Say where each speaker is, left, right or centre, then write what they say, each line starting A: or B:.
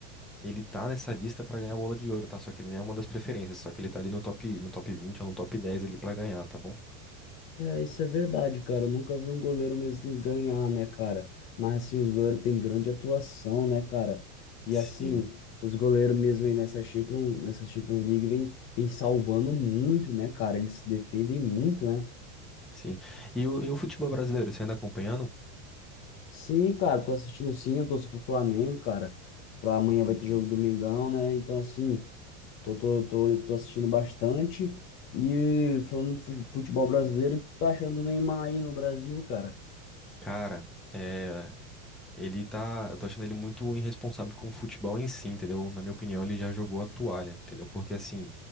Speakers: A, in the centre; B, on the left.
A: Ele tá nessa lista pra ganhar a bola de ouro, tá? Só que ele não é uma das preferências, só que ele tá ali no top, no top vinte ou no top dez ali pra ganhar, tá bom?
B: É, isso é verdade, cara. Eu nunca vi um goleiro mesmo ganhar, né, cara? Mas assim, os goleiros têm grande atuação, né, cara? E
A: Sim,
B: assim, os goleiros mesmo aí nessa Champions, nessa Champions League vem, vem salvando muito, né, cara? Eles se defendem muito, né?
A: sim. E o, e o futebol brasileiro, você anda acompanhando?
B: Sim, cara, tô assistindo sim, eu torço pro Flamengo, cara. Pra amanhã
A: Entendi.
B: vai ter jogo Domingão, né? Então, assim, tô, tô, tô, tô assistindo bastante. E falando de fu- futebol brasileiro, o que tu tá achando do Neymar aí no Brasil, cara?
A: Cara, é. Ele tá. Eu tô achando ele muito irresponsável com o futebol em si, entendeu? Na minha opinião, ele já jogou a toalha, entendeu? Porque assim,